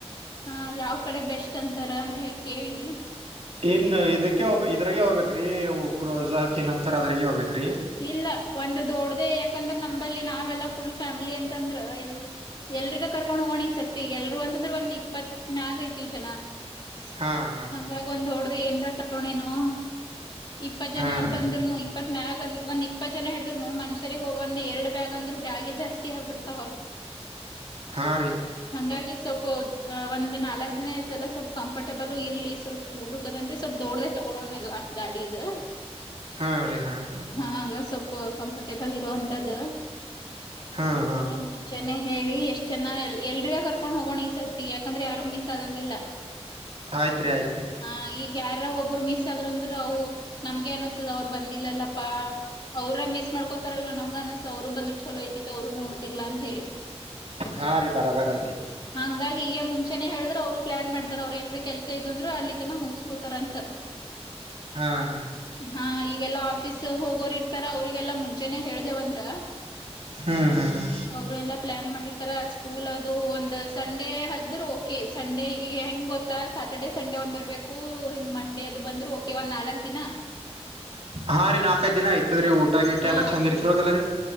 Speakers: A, on the left (about 45°); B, on the right (about 70°).
A: ಹ ಯಾವ್ ಕಡೆ ಬೆಸ್ಟ್ ಅಂತಾರ ಅಂತ ಕೇಳಿ
B: ಏನ್ ಇದಕ್ಕೆಹೊಗ್ ಇದ್ರೆಗೆ ಹೋಗಬೇಕು ರೀ ಕ್ರೋಜಾಕ ಏನಂತಾರ ನ ಅದ್ರಾಗ ಹೋಗ್ಬೇಕ ರೀ
A: ಇಲ್ಲ ಒಂದು ದೊಡ್ಡ್ದೆ ಯಾಕಂದ್ರೆ ನಂಬಲ್ಲಿ ನಾವೆಲ್ಲಾ ಫುಲ್ ಫ್ಯಾಮಿಲಿ ಅಂತಂದ್ರ ಎಲ್ಲಾ ಎಲ್ರಿಗೂ ಕರ್ಕೊಂಡ್ ಹೋಗೊಣ ಈ ಸರ್ತಿ ಎಲ್ರು ಅಂತಂದ್ರೆ ಒಂದ್ ಇಪ್ಪತ್ ಮ್ಯಾಗ ಆಯ್ತಿವಿ ಜನ.
B: ಹಾ ಹಾ.
A: ಹಂಗಾಗಿ ಒಂದ್ ಹೋಡ್ದ ಏನ್ರ ಕಟ್ಟೋಣೆನು ಇಪ್ಪತ್ ಜನ
B: ಹಾ
A: ಅಂತಂದ್ರುನು
B: ಹಾ
A: ಇಪ್ಪತ್ ಮ್ಯಾಗ ಅಂದ ಒಂದ್ ಇಪ್ಪತ್ತು ಜನ ಹಿಡಿದ್ರುನು ಮನುಷ್ಯರಿಗೆ ಒಂದ ಎರಡು ಬ್ಯಾಗ್ ಅಂದ್ರು ಬ್ಯಾಗೇ ಜಾಸ್ತಿ ಆಗ್ಬಿಡ್ತಾವ
B: ಹಾ ರೀ.
A: ಹಂಗಾಗಿ ಸ್ವಲ್ಪ ಅ ಒಂದ್ ನಾಲ್ಕ್ ದಿನ ಇರ್ತಿವಲ್ಲ ಸ್ವಲ್ಪ ಕಂಫರ್ಟೆಬಲ್ಲು ಇರ್ಲಿ ಸ್ವಲ್ಪ ಕೂಡ್ಲು ಕದಂತೆ ಸ್ವಲ್ಪ ದೋಡ್ದೆ ತೊಗೋಳನ ಎಲ್ಲ ಗಾಡೀದ
B: ಹಾ ರೀ ಹಾ ಹಾ.
A: ಹಾ ಹಂಗ್ ಸ್ವಲ್ಪ ಕಂಫರ್ಟೆಬಲ್ ಇರೋಂತದ್ದು
B: ಹಾ ಹಾ
A: ಎಲ್ಲ ಮು ಚೆನ್ನಾಗ ಹೇಳಿ ಎಷ್ಟ್ ಜನ ಎಲ್ರಿಗ ಕರ್ಕೊಂಡ್ ಹೋಗೊಣ ಈ ಸರ್ತಿ ಯಾಕಂದ್ರೆ ಯಾರು ಮಿಸ್ ಆಗಂಗಿಲ್ಲ. <inaudible>
B: ಆಯ್ತ್ ರಿ ಆಯ್ತ್ ರಿ.
A: ಹಾ ಈಗ ಯಾರ ಒಬ್ರ ಮಿಸ್ ಆದ್ರು ಅಂದ್ರ ಅವು ನಮ್ಗೆ ಅನ್ಸತದ ಅವ್ರು ಬಂದಿಲ್ಲಲ್ಲಪಾ ಪಾ ಅವ್ರ ಮಿಸ್ ಮಾಡ್ಕೋತಾರ ಇಲ್ಲೋ ನಮ್ಗ ಅನಸ್ತ ಅವ್ರು ಬಂದ್ರು ಚೋ ಚುಲೋ ಐತಿತೊ ಅವರು ನೋಡ್ತಿರ್ಲಾ ಅಂತ ಹೇಳಿ
B: ಹಾ ರೀ ಬರಬರದ್ರಿ
A: <inaudible> ಹಂಗಾಗಿ ಹೀಗೆ ಮುಂಚೆನೆ ಹೇಳಿದ್ರ ಅವ್ರು ಪ್ಲ್ಯಾನ್ ಮಾಡತಾರ ಅವ್ರ ಏನಂದ್ರೆ ಕೆಲ್ಸ ಇತ್ತಂದ್ರು ಅಲ್ಲಿ ತನ ಮುಗಿಸಸ್ಕೋತಾರ ಅಂತ.
B: ಹಾ ಹಾ
A: <inaudible> ಹಾ ಈಗೆಲ್ಲ ಆಫೀಸ್ ಹೋಗೋರ ಇರ್ತಾರ ಅವ್ರಿಗೆಲ್ಲಾ ಮುಂಚೆನೆ ಹೇಳ್ದೇವಂದ್ರ
B: ಹ್ಮ್ ಹ್ಮ್
A: ಅವ್ರು ಎಲ್ಲಾ ಪ್ಲ್ಯಾನ್ ಮಾಡಿರ್ತಾರ ಸ್ಕೂಲ್ ಅದು ಒಂದ್ ಸಂಡೇ ಅಂದ್ರ ಓಕೆ. ಸಂಡೇ ಈಗ ಹೆಂಗ್ ಗೊತ್ತಾ ಸ್ಯಾಟರ್ಡೆ ಸಂಡೆ ಒಂದ್ ಬರಬೇಕು ಹಿಂಗೆ ಮಂಡೇ ಅದು ಬಂದ್ರ ಓಕೆ ಒಂದು ನಾಲ್ಕು ದಿನ.
B: ಹಾ ರಿ ನಾಲ್ಕೈ ದಿನ ಆಯ್ತದರಿ ಊಟ ಗೀಟ
A: ಹಾ.
B: ಎಲ್ಲ ಚಂದ ಇರ್ತಿವಕಲ್ಲರರಿ.